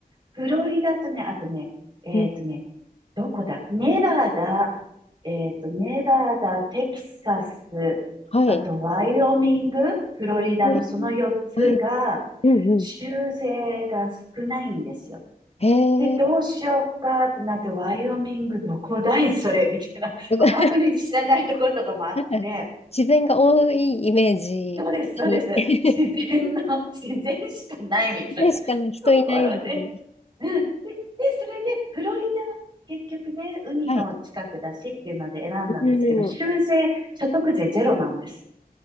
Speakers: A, on the right; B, on the left.
A: フロリダとね、あとね、えっとね、
B: うん
A: どこだネバダ、えっと、ネバダ、
B: うん。
A: テキサス、
B: はい。
A: あとワイオミング、フロリダのその4つが、
B: ええはい。うんうん。
A: 州税が少ないんですよ。
B: へ
A: で、どうしようかってなって、
B: え。
A: ワイオミングどこだいそれみたいな。
B: <laughs>
A: <laughs> あんまり知らないところとかもあって、
B: なんか、自然が多いイメージ、
A: そうです、
B: 勝手に。
A: そうです。
B: <laughs>
A: 自然の、<laughs> 自然しかないみたいな
B: 自然しかな人いないみたいな。
A: <laughs> ところで。うん。で、で、それで、フロリダ、結局ね、海の近くだしっていうので選んだんですけど、
B: はい。うん。
A: 州税、所得税ゼロなんです。